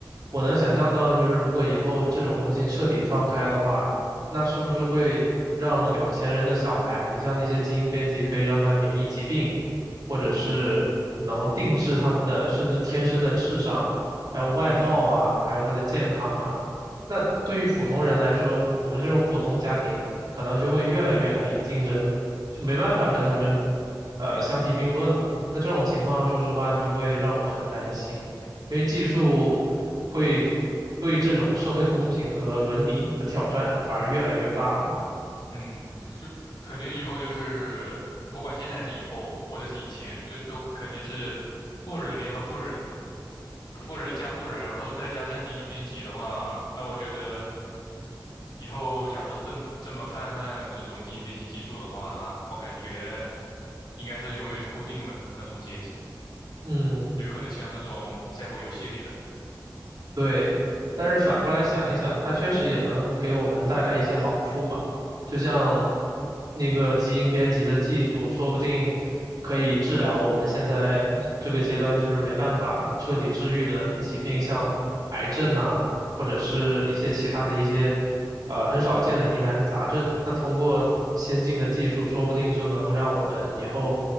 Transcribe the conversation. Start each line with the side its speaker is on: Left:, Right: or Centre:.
Right: 我能想象到，就是如果以后这种东西彻底放开的话，那是不是会让有钱人的小孩，你像那些基因编辑，可以让他免疫疾病，或者是能定制他们的，甚至天生的智商，还有外貌啊，
Left: 嗯
Right: 还有他的健康啊。那对于普通人来说，我们这种普通家庭可能就会越来越难以竞争，就没办法跟他们，呃，相提并论了。那这种情况，说实话，就会让我很担心。因为技术会对这种社会公平和伦理的挑战反而越来越大了。
Left: 嗯，就肯定以后就是不管现在还是以后，或者是以前，就都肯定是富人联合富人嘛。就富人加富人，然后再加上精英编辑的话，那我觉得以后假如是这么这么泛滥这种精英编辑技术的话，我感觉应该是永远是固定了的那种阶级，
Right: 嗯，
Left: 有可能像那种赛博游戏里的，
Right: 对。但是反过来想一想，它确实也能给我们带来一些好处嘛。就像那个基因编辑的技术，说不定可以治疗我们现在这个阶段就是没办法彻底治愈的疾病，像癌症呐、或者是一些其他的一些呃很少见的疑难杂症。那通过先进的技术，说不定就能让我们以后